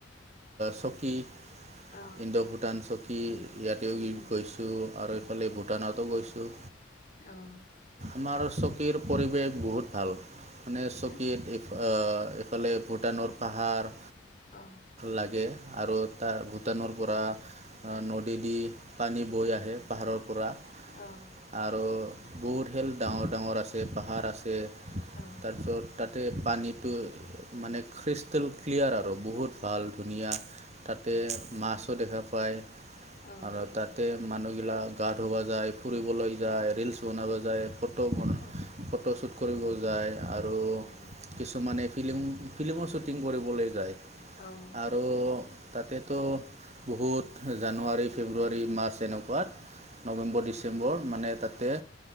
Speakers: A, on the right; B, on the left.
A: চকী
B: অ
A: ইণ্ডো ভূটান চকী ইয়াতেও
B: উম উম
A: গৈছোঁ। আৰু এইফালে ভূটানতো গৈছোঁ।
B: অহ'
A: আমাৰ চকীৰ পৰিৱেশ বহুত ভাল মানে
B: ভাল
A: চকীত
B: না
A: এইফালে ভূটানৰ পাহাৰ।
B: অ
A: লাগে আৰু তাৰ ভূটানৰ পৰা আ নদী দি পানী বৈ আহে পাহাৰৰ পৰা।
B: অ',
A: আৰু বহুত খেন ডাঙৰ ডাঙৰ আছে, পাহাৰ আছে।
B: অ',
A: তাৰপিছত তাতে পানীটো মানে খ্ৰীষ্টেল ক্লিয়াৰ আৰু বহুত ভাল। ধুনীয়া তাতে মাছো দেখা পায়
B: অ
A: আৰু তাত তাতে মানুহবিলাক গা ধুব যায়, ফুৰিবলৈ যায়, ৰিলচ বনাব যায়, ফটো‌ বনা
B: অহ্।
A: ফটোশ্বুট কৰিব যায় আৰু।
B: উম্, উম্,
A: কিছুমানে ফিল্ম, ফিল্মৰ শ্বুটিং কৰিবলৈ যায়।
B: অ',
A: আৰু তাতেতো বহুত জানুৱাৰী, ফেব্ৰুৱাৰী, মাৰ্চ এনেকুৱাত নৱেম্বৰ-ডিচেম্বৰ মানে তাতে